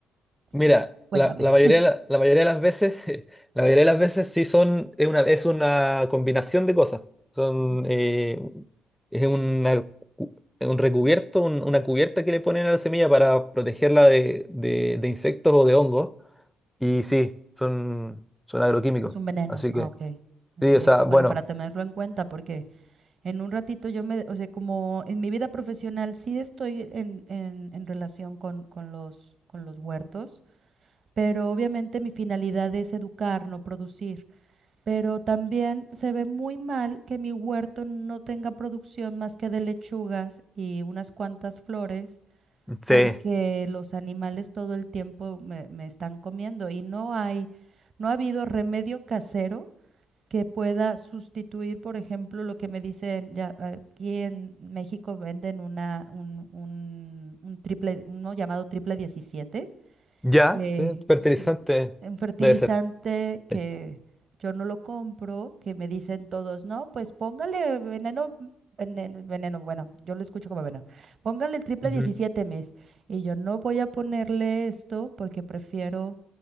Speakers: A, on the right; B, in the centre.
A: qué-
B: Mira,
A: pues, cuéntame.
B: la, la mayoría, de la, la mayoría de las veces, <laughs> la mayoría de las veces sí son, es una, es una combinación de cosas. Son,
A: Ujú.
B: eh, es una cu- un recubierto, un- una cubierta que le ponen a la semilla para protegerla de, de- de insectos o de hongos. Y sí, son, son agroquímicos.
A: Es un veneno.
B: Así
A: Ah,
B: que,
A: ok.
B: sí, o
A: Es
B: sea,
A: bueno
B: bueno,
A: para tenerlo en cuenta porque... En un ratito yo me, o sea, como en mi vida profesional sí estoy en, en- en relación con, con los, con los huertos, pero obviamente mi finalidad es educar, no producir. Pero también se ve muy mal que mi huerto no tenga producción más que de lechugas y unas cuantas flores, porque
B: sí,
A: los animales todo el tiempo me, me están comiendo y no hay, no ha habido remedio casero que pueda sustituir, por ejemplo, lo que me dicen, ya aquí en México venden una, un, un- un triple, uno llamado triple 17
B: ya,
A: eh,
B: sí, fertilizante
A: sil- un fertilizante
B: debe ser.
A: que
B: Sí.
A: yo no lo compro, que me dicen todos, no, pues póngale veneno, veneno, veneno", bueno, yo lo escucho como veneno, póngale el triple
B: Ujú,
A: diecisiete mes. Y yo no voy a ponerle esto porque prefiero